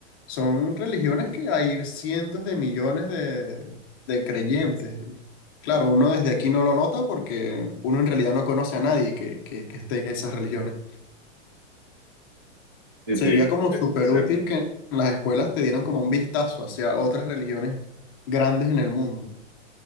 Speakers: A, on the left; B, on the right.
A: son religiones que hay cientos de millones de, de creyentes. Y Claro, uno desde aquí no lo nota porque uno en realidad no conoce a nadie que, que, que esté en esas religiones.
B: sí,
A: Sería
B: sí,
A: como
B: es,
A: súper
B: es cierto.
A: útil que en las escuelas te dieran como un vistazo hacia otras religiones grandes en el mundo.